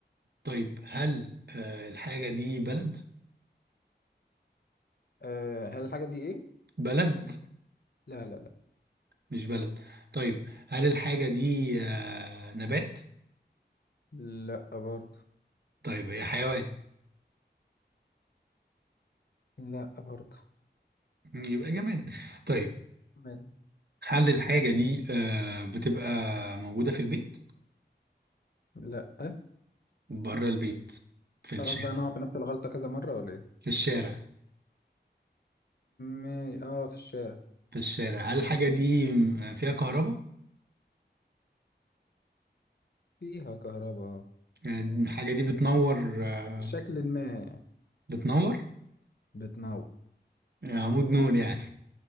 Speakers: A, on the right; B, on the left.
A: طيب هل آه الحاجة دي بلد؟
B: أه هل الحاجة دي إيه؟
A: بلد
B: لا لا لا
A: مش بلد طيب هل الحاجة دي آه نبات؟
B: لا برضو
A: طيب هي حيوان
B: لا برضو
A: مم، يبقى جماد طيب
B: تمام.
A: هل
B: مم.
A: الحاجة دي آه، بتبقى موجودة في البيت
B: لا
A: بره البيت في
B: خلاص
A: الشارع
B: بقى أنا أقعد بنفس الغلطة كذا مرة ولا إيه؟
A: في الشارع
B: مي... اه في الشارع
A: في الشارع هل الحاجة دي م- آه، فيها كهرباء
B: فيها كهرباء آه.
A: يعني الحاجة دي بتنور آه،
B: بشكل ما يعني،
A: بتنور
B: بتنور
A: يعني عمود نور يعني